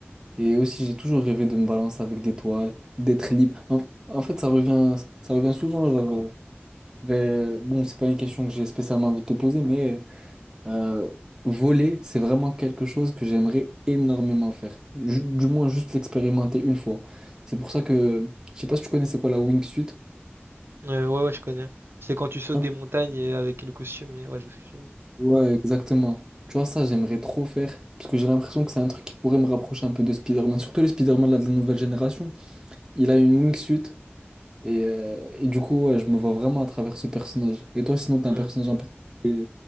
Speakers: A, on the right; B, on the right.
A: Et aussi, j'ai toujours rêvé de me balancer avec des toiles, d'être libre. En, en fait, ça revient, ça revient souvent genre, euh, vers- bon, c'est pas une question que j'ai spécialement envie de te poser, mais euh, voler, c'est vraiment quelque chose que j'aimerais énormément faire. Ju- du moins, juste l'expérimenter une fois. C'est pour ça que, je sais pas si tu connais c'est quoi la wingsuit.
B: Euh, ouais, ouais, je connais. C'est quand tu sautes
A: Ouais.
B: des montagnes et avec le costume, et ouais, je sais. que tu-
A: Ouais, exactement. Tu vois, ça, j'aimerais trop faire. Parce que j'ai l'impression que c'est un truc qui pourrait me rapprocher un peu de Spider-Man. Surtout le Spider-Man là, de la nouvelle génération. Il a une wingsuit. Et, euh, et du coup, ouais, je me vois vraiment à travers ce personnage. Et toi, sinon, t'as
B: Ouais.
A: un personnage en particulier